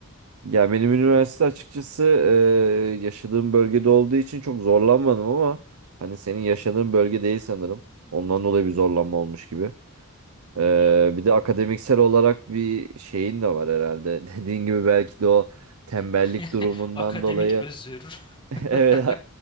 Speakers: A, on the right; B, on the left.
A: Ya benim üniversite açıkçası e, yaşadığım bölgede olduğu için çok zorlanmadım ama hani senin yaşadığın bölge değil sanırım.
B: Hı hı.
A: Ondan dolayı bir zorlanma olmuş gibi. E,
B: Ya
A: bir de akademiksel olarak bir şeyin de var herhalde. <laughs> Dediğin gibi belki de o tembellik
B: <laughs>
A: durumundan
B: Akademik
A: dolayı
B: özür. <laughs>
A: Evet